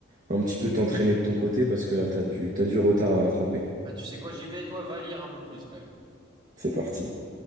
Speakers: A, on the right (about 45°); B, on the right (about 25°).
A: un petit peu t'entraîner de ton côté parce que là, t'as du, t'as du retard à rattraper.
B: Bah, tu sais quoi, j'y vais, toi, va lire un peu plus quand même.
A: C'est parti.